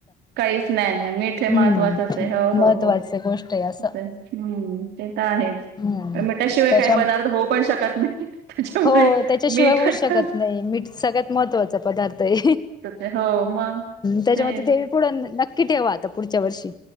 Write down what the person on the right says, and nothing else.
काहीच नाही नाही मीठ हे
महत्वाचच आहे हो
हो हो
हम्म ते तर आहेच
मीठाशिवाय
काही पदार्थ होऊ पण शकत नाही त्याच्यामुळे
मीठ
आता
आहे हो मग
ते